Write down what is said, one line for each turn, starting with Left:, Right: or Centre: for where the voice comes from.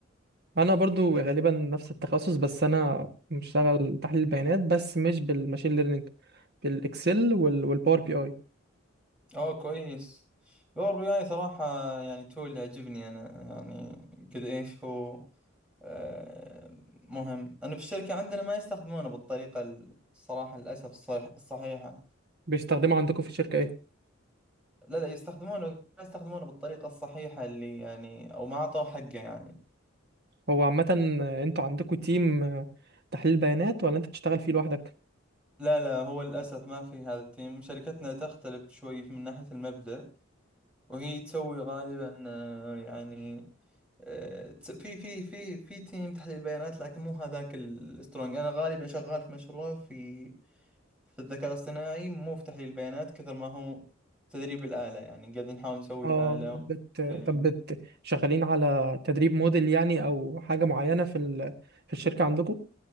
Right: انا برضو غالبا نفس التخصص بس انا بشتغل تحليل بيانات بس مش بالماشين ليرنينج بالاكسل وال... والباور بي اي
Centre: أوه كويس باور بي اي صراحة يعني تول يعجبني أنا يعني قد إيش هو آه، مهم أنا في الشركة عندنا ما يستخدمونه بالطريقة الصراحة للأسف الصح- الصحيحة
Right: بيستخدموا عندكم في الشركة ايه
Centre: لا لا يستخدمونه ما يستخدمونه بالطريقة الصحيحة اللي يعني أو ما أعطوه حقه يعني
Right: هو عامة انتوا عندكم تيم تحليل بيانات ولا انت بتشتغل فيه لوحدك
Centre: لا لا هو للأسف ما في هذا التيم شركتنا تختلف شوي من ناحية المبدأ وهي تسوي غالبا آه، يعني آه، تس- في في في في تيم تحليل بيانات لكن مو هذاك السترونج أنا غالبا شغال في مشروع في في الذكاء الاصطناعي مو في تحليل بيانات كثر ما هو تدريب الآلة يعني قاعدين نحاول نسوي
Right: اه
Centre: آلة
Right: بت...
Centre: و... إيه
Right: طب بت... شغالين على تدريب موديل يعني او حاجة معينة في ال... في الشركة عندكم